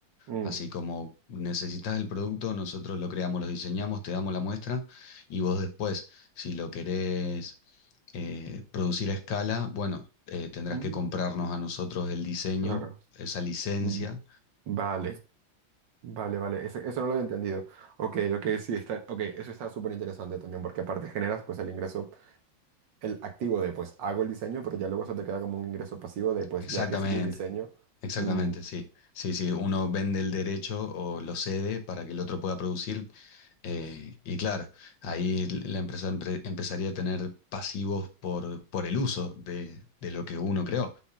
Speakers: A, on the right; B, on the left.
A: Mm.
B: Así como necesitas el producto, nosotros lo creamos, lo diseñamos, te damos la muestra y vos después, si lo querés eh, producir a escala, bueno, eh, tendrás
A: Mm,
B: que comprarnos a nosotros el diseño,
A: Claro.
B: esa licencia
A: Mm, Vale, vale, vale. Ese- eso no lo he entendido. Ok, ok, sí, está, ok, eso está súper interesante también porque aparte generas pues el ingreso el activo de pues hago el diseño, pero ya luego eso te queda como un ingreso pasivo de pues
B: Exactamente,
A: ya que es mi diseño.
B: exactamente,
A: Mm,
B: sí. Sí, sí, uno vende el derecho o lo cede para que el otro pueda producir. eh, y claro, ahí l- la empresa empre- empezaría a tener pasivos por, por el uso de, de lo que uno creó.